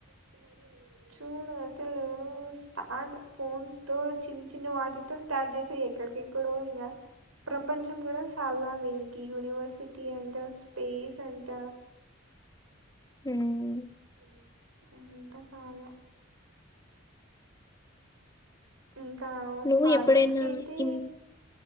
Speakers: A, on the right; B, on the left.
A: <unintelligible> చూడు అసలు స్టార్ట్ ఫోన్స్ తో చిన్న చిన్న వాటితో స్టార్ట్ చేసాయి ఎక్కడికె క్కడెక్కడికోయింగ ప్రపంచం కూడా సాల్ల వీళ్ళ కి యూనివర్సిటీ అంట స్పేస్ అంట
B: హ్మ్
A: మ్ అంతకాల ఇంకా
B: నువ్వు
A: ఫార్మర్స్
B: ఎప్పుడైనా
A: కైయితే
B: ఇన్